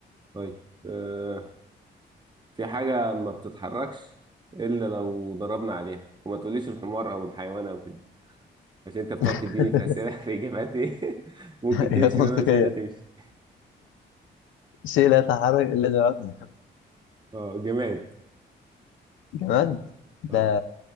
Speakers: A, on the right; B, on the left.
A: طيب آه. في حاجه ما بتتحركش الا لو ضربنا عليها وما تقوليش الحمار او الحيوان او كده عشان انت بتقعد
B: <laughs>
A: تديني في اسئله <laughs> في اجابات ايه <laughs> ممكن
B: إجابات
A: تمشي
B: منطقية
A: وانا مش عايزه تمشي
B: شيء لا يتحرك إلا جماد
A: <laughs> اه جماد
B: جماد ده
A: اه